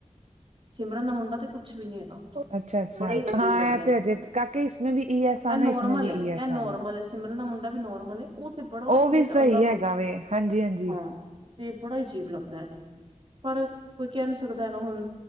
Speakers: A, on the right (about 45°); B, on the right (about 65°).
A: ਸਿਮਰਨ ਦਾ ਮੁੰਡਾ ਉਹਨਾਂ ਤੇ ਕੁਛ ਵੀ ਨੀ ਹੈਗਾ।
B: ਅੱਛਾ ਅੱਛਾ
A: ਬੜਾ ਹੀ ਅਜੀਬ
B: ਹਾਂ
A: ਲੱਗਦਾ
B: ਇਹ
A: ਹੈ।
B: ਤੇ ਅਜੇ ਕਾਕੇ ਇਸਮੇ ਵੀ ਈ ਐਸ ਆਨਾ
A: ਇਹ ਨੋਰਮਲ
B: ਇਸਮੇ ਵੀ
A: ਇਹ,
B: ਈ ਐਸ
A: ਨੋਰਮਲ
B: ਆਨਾ
A: ਸਿਮਰ ਦਾ ਮੁੰਡਾ ਵੀ ਨੋਰਮਲ, ਉਹਥੇ ਬੜਾ ਉਹਦਾ
B: ਉਹ
A: ਪੇਟ
B: ਵੀ ਸਹੀ
A: ਅਲੱਗ
B: ਹੈਗਾ ਵੇ ਹਾਂਜੀ- ਹਾਂਜੀ।
A: ਹਾਂ ਬੜਾ ਹੀ ਅਜੀਬ ਲੱਗਦਾ। ਪਰ ਕੋਈ ਕਹਿ ਨੀ ਸਕਦਾ ਹੈਗਾ ਹੁਣ,